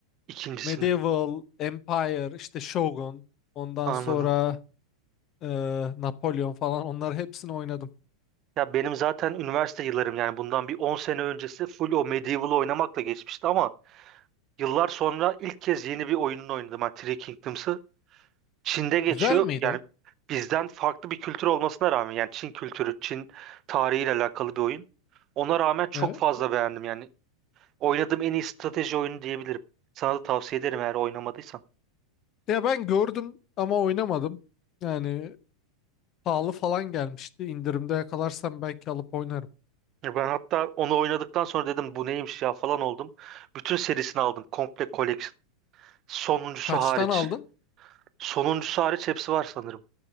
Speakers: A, on the right; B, on the left.
A: İkincisini.
B: Medieval, Empire, işte Shogun, ondan
A: Anladım.
B: sonra e, Napolyon falan onları hepsini oynadım.
A: Ya benim zaten üniversite yıllarım yani bundan bir 10 sene öncesi full o Medieval'ı oynamakla geçmişti ama yıllar sonra ilk kez yeni bir oyununu oynadım. Yani Three Kingdoms'ı. Çin'de geçiyor.
B: Güzel miydi?
A: Yani bizden farklı bir kültür olmasına rağmen yani Çin kültürü, Çin tarihiyle alakalı bir oyun. Ona rağmen çok
B: Evet.
A: fazla beğendim yani Oynadığım en iyi strateji oyunu diyebilirim. Sana da tavsiye ederim eğer oynamadıysan.
B: Ya ben gördüm ama oynamadım. Yani pahalı falan gelmişti. İndirimde yakalarsam belki alıp oynarım.
A: Ya Ben hatta onu oynadıktan sonra dedim bu neymiş ya falan oldum. Bütün serisini aldım. Komple collection. Sonuncusu
B: Kaçtan
A: hariç.
B: aldın?
A: Sonuncusu hariç hepsi var sanırım.